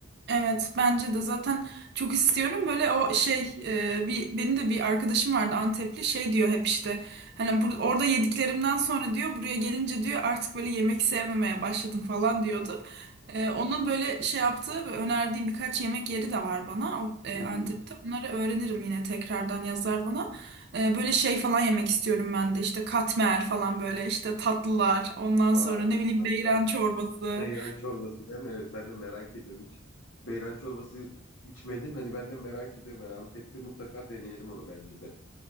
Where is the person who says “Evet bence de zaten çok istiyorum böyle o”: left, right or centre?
Right